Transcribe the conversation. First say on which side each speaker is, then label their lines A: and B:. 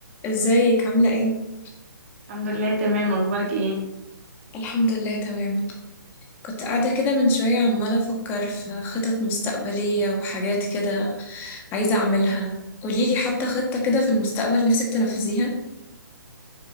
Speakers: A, on the left; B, on the right.
A: ازيك عاملة ايه؟
B: الحمد لله تمام اخبارك ايه
A: الحمد لله تمام كنت قاعدة كده من شوية عمالة أفكر في خطط مستقبلية وحاجات كده عايزة أعملها قوليلي حتى خطة كده في المستقبل نفسك تنفذيها